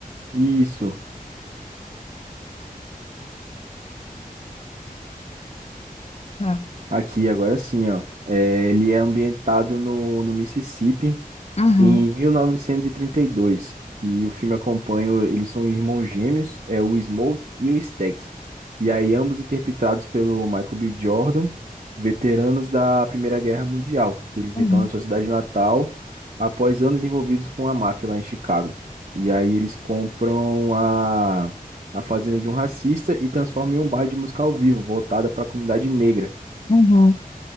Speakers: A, on the right (about 55°); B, on the left (about 45°).
A: Isso.
B: Tá.
A: Aqui, agora sim, ó. É, ele é ambientado no, no Mississippi
B: Uhum.
A: em 1932, que o filme acompanha, o- eles são irmãos gêmeos, é o Smoke e o Stack. E aí, ambos interpretados pelo Michael B. Jordan, veteranos da Primeira Guerra Mundial, que eles
B: Uhum.
A: retornam à sua cidade natal após anos envolvidos com a máfia lá em Chicago. E aí, eles compram a, a fazenda de um racista e transformam em um bar de música ao vivo, voltada para a comunidade negra.
B: uhum.